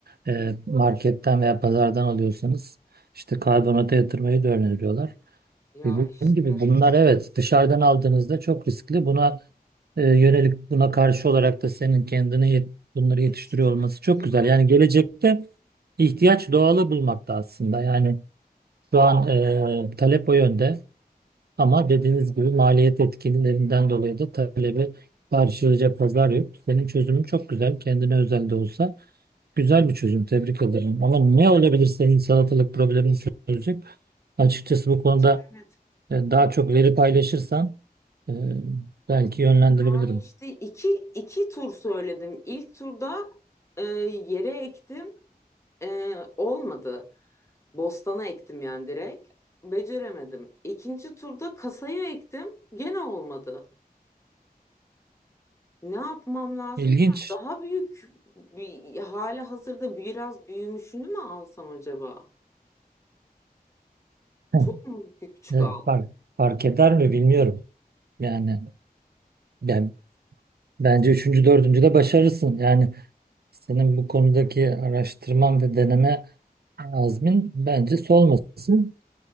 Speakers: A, on the right; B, on the left.
A: e, marketten veya pazardan alıyorsanız işte karbonata yatırmayı da öneriyorlar.
B: Ya
A: E, Dediğim
B: işte.
A: gibi bunlar evet dışarıdan aldığınızda çok riskli. Buna e, yönelik buna karşı olarak da senin kendini yet- bunları yetiştiriyor
B: yetiştirmek
A: olması çok
B: istiyorum.
A: güzel. Yani gelecekte ihtiyaç doğalı bulmakta aslında. Yani şu an e, talep o yönde. Ama dediğiniz gibi maliyet etkinlerinden dolayı da talebi karşılayacak pazar yok. Senin çözümün çok güzel. Kendine özel de olsa güzel bir çözüm. Tebrik ederim. Ama ne olabilir senin salatalık problemini çözecek? Açıkçası bu konuda
B: Beceremedim.
A: e, daha çok veri paylaşırsan e, belki yönlendirebilirim.
B: Yani işte iki, iki tur söyledim. İlk turda e, yere ektim. E, olmadı. Bostana ektim yani direkt. Beceremedim. İkinci turda kasaya ektim. Gene olmadı. Ne yapmam lazım?
A: İlginç.
B: Daha büyük bir hali hazırda biraz büyümüşünü mü alsam acaba?
A: Heh,
B: Çok mu küçük
A: evet,
B: aldım?
A: fark, fark eder mi bilmiyorum. Yani ben bence üçüncü, dördüncü de başarırsın. Yani senin bu konudaki araştırman ve deneme Azmin bence solmasın.